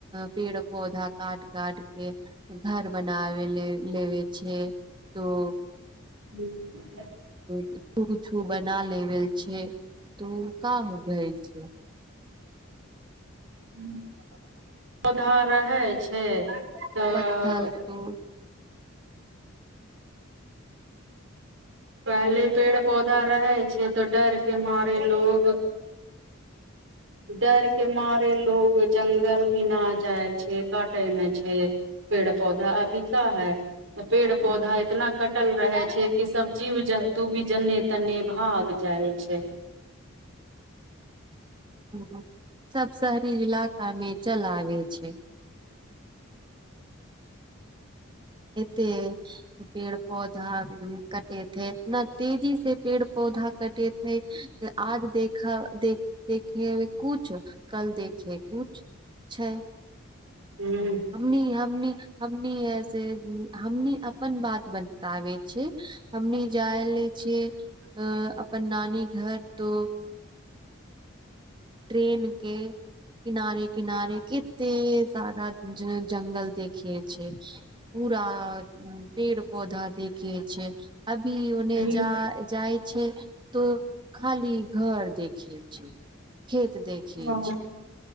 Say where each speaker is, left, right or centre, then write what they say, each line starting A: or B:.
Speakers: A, on the right (about 25°); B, on the right (about 65°).
A: पेड़ पौधा काट काटके घर बनाव ले लेबे छै तो
B: हूँ
A: त तूछू बना लेबल छै त काम भेल छै
B: <unintelligible> सुधर रहै छै तऽ
A: पत्थल तो
B: पहले पेड़ पौधा रहै छै तऽ डर के मारे लोग <inaudible> डर के मारे लोग जंगल भी ना जाइ छै काटे न छै पेड़ पौधा अभी का है त पेड़
A: अ,
B: पौधा इतना कटल रहै छै जेकि सब जीव जन्तु भी जन्ने तन्ने भाग जाइ छै <inaudible>
A: ह सब शहरी इलाका मे चलाबे छै एते पेड़ पौधा कटे है इतना तेजी से पेड़ पौधा कटे ह्य आज देख देख देखे कुछ कल देखे कुछ छै
B: हूँ
A: हमनी हमनी हमनी ऐसे हमनी अपन बात बताबै छै हमनी जाय छै अ अपन नानी घर तो ट्रेन के किनारे किनारे केते सारा ज जंगल देख देखे छै पूरा पेड़ पौधा देखे छै अभी ओने
B: हँ
A: जा जाइ छै तऽ खाली घर देखै छै खेत देखे
B: हँ
A: छै